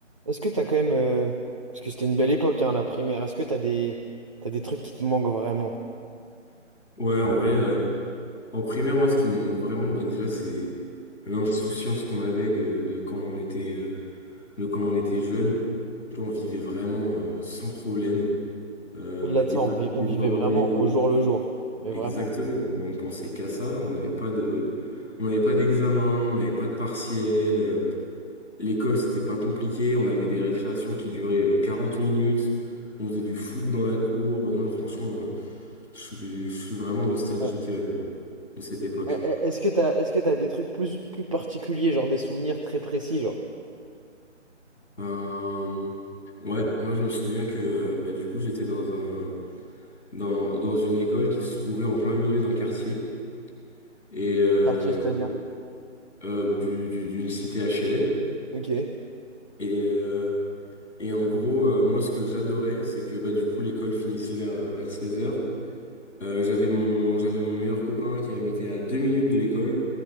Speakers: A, on the right; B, in the centre.
A: Est-ce que t'as quand même, euh, parce que c'était une belle époque, hein, la primaire, est-ce que t'as des, t'as des trucs qui te manquent vraiment?
B: Ouais, en vrai, euh, en primaire, moi, ce qui me manque vraiment, bah, déjà, c'est l'insouciance qu'on avait que- de quand on était, euh, de quand on était jeune. Tu vois, on vivait vraiment euh, sans problème. Euh,
A: Au-delà
B: on n'était
A: de ça,
B: pas
A: on vit- on
B: débordé.
A: vivait vraiment au jour le jour, mais
B: Exactement.
A: vraiment.
B: On pensait qu'à ça. On n'avait pas de, on n'avait pas d'examen. On n'avait pas de partiel. euh, L'école, c'était pas compliqué. On avait des récréations qui duraient euh, 40 minutes. On faisait du foot dans la cour. Euh, non, franchement, euh, je suis, je suis vraiment nostalgique
A: Ouais.
B: euh, de cette époque.
A: E- e- Est-ce que t'as, est-ce que t'as des trucs plus, plus particuliers, genre des souvenirs très précis, genre?
B: Euh, ouais, moi je me souviens que euh, bah, du coup j'étais dans un dans, dans une école qui se trouvait en plein milieu d'un quartier et euh,
A: Quartier, c'est-à-dire?
B: euh, du, du- d'une cité HLM
A: Ok.
B: et euh, et en gros euh, moi ce que j'adorais c'est que bah du coup l'école finissait vers vers seize heures Euh, j'avais mon j'avais mon meilleur copain qui habitait à deux minutes de l'école